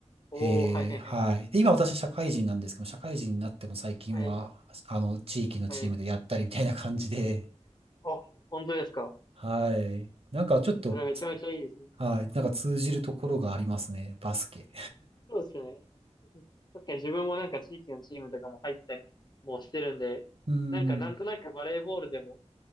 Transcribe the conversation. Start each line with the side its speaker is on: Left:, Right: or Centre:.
Left: おー。
Right: えーはい。
Left: はいはいはい。
Right: で、今私社会人なんですけど、社会人になっても最近は、
Left: はい。
Right: あの、地域のチームでやったりみたいな感じで、
Left: はい。あ、本当ですか
Right: <laughs> はい。なんかちょっと、
Left: それめちゃめちゃいいですね。
Right: つはい。なんか通じるところがありますね。バスケ。
Left: そうですよね。確かに自分もなんか地域のチームとかも入ったりもしてるんで、
Right: <laughs> うん。
Left: なんかなんとなくバレーボールでも、